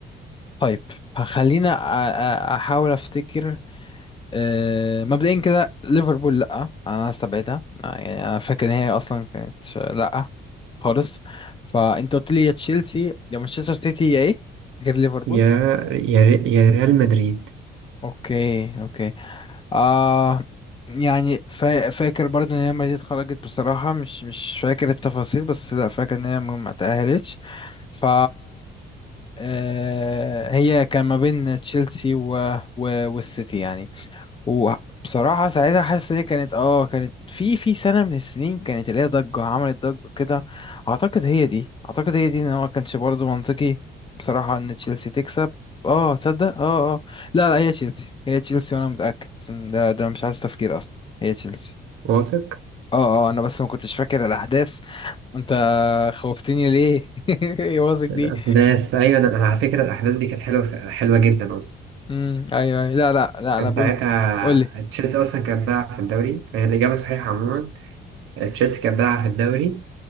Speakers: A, on the left; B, on the right.
A: طيب خلينا أ- أ- أحاول أفتكر آه، مبدئيا كده ليفربول لأ أنا هستبعدها آه، يعني أنا فاكر إن هي أصلا كانت لأ خالص فأنت قلت لي يا تشيلسي يا مانشستر سيتي يا إيه غير ليفربول
B: يا يا ري- يا ريال مدريد
A: أوكي أوكي آه يعني فا- فاكر برضو ان هي لما دي اتخرجت بصراحة مش مش فاكر التفاصيل بس لا فاكر ان هي ما ما تأهلتش ف آه، هي كان ما بين تشيلسي و... و... والسيتي يعني وبصراحة ساعتها حاسس ان هي كانت اه كانت في في سنة من السنين كانت اللي هي ضجة عملت ضجة كده اعتقد هي دي اعتقد هي دي ان هو ما كانش برضه منطقي بصراحة ان تشيلسي تكسب اه تصدق اه اه لا لا هي تشيلسي هي تشيلسي وانا متأكد ده ده مش عايز تفكير اصلا هي تشيلسي
B: واثق
A: اه اه انا بس ما كنتش فاكر الاحداث انت خوفتني ليه <laughs> يا واثق دي
B: الأحداث أيوة أنا أنا على فكرة الأحداث دي كانت حلوة حلوة جدا أصلا
A: امم ايوه ايوه لا لا لا
B: كان
A: انا بقول
B: ساعتها
A: قول لي
B: تشيلسي أصلا كانت ضايعة في الدوري هي الإجابة صحيحة عموما تشيلسي كانت ضايعة في الدوري